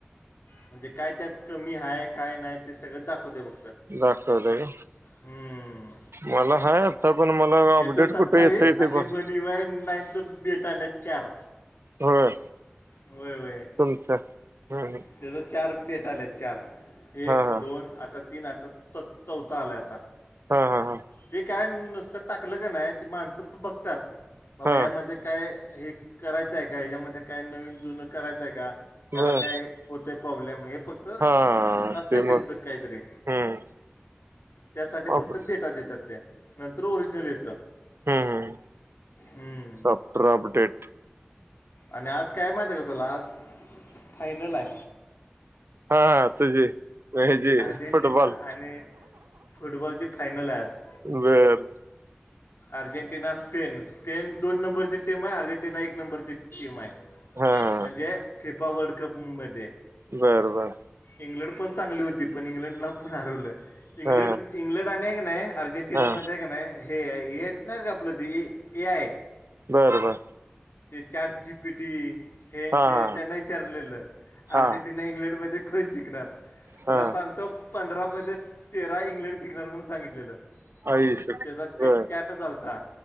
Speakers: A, on the left; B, on the right.
A: म्हणजे काय त्यात कमी हाय काय नाय ते सगळं दाखवत्या बघ
B: दाखव व्हय
A: हम्म.
B: मला हाय आता पण मला अपडेट
A: इथं सत्तावीस
B: कुठे येतय ते
A: आणि
B: पण
A: वनिवाय नाईनचं बेट भेटायलेत चार
B: होय
A: व्हय व्हय
B: तुमचं हम्म
A: त्याज चार भेटायलेत चार एक
B: हा हा
A: दोन आता तीन आता च चौथा आलाय आता
B: हा हा हा
A: ते काय नुसतं टाकलं का नाय ते माणसं पण बघतात बाबा
B: हा
A: ह्यामध्ये काय हे करायचं आहे का याज्यामध्ये काय नवीन जुनं करायचं आहे का?
B: बर
A: त्याला काय होतंय प्रॉब्लेम हे फक्त
B: हा
A: असतंय
B: ते
A: त्यांचं
B: मग
A: कायतरी
B: हम्म
A: त्यासाठी फक्त
B: अप
A: बेटा देतात ते नंतर ओरिजनल येतं.
B: हम्म हम्म हम्म
A: हम्म.
B: सॉफ्टवेअर अपडेट
A: आणि आज काय माहिती आहे का तुला आज फायनल हाय.
B: हा तुझी हे जी
A: अर्जेंटिना
B: फुटबॉल
A: आणि फुटबॉलची फायनल हाय आज
B: वेर
A: अर्जेंटिना स्पेन स्पेन दोन नंबरची टीम आहे अर्जेंटिना एक नंबरची टीम हाय
B: हा हा
A: म्हणजे फिफा वर्ल्ड कप मध्ये
B: बर बर
A: इंग्लंड पण चांगली होती पण इंग्लंडला पण हरवलं इंग्लंड
B: हा
A: चं इंग्लंड आणि हाय की नाय अर्जेंटिनाम
B: हा
A: ते का नाय हे हेे हाईत का नाय आपलं ती ए आय
B: बरं बर
A: चार्ट जी पी टी हेनं
B: हा
A: ते
B: हा
A: त्यांना इचारलेलं
B: हा
A: अर्जेंटिना इंग्लंड मध्ये कोणं जिकणार.
B: हा
A: तुला सांगतो पंधरा मध्ये तेरा इंग्लंड जिंणार म्हणून सांगितलेलं.
B: आईशप
A: त्याचा चचचाट
B: बर
A: आलता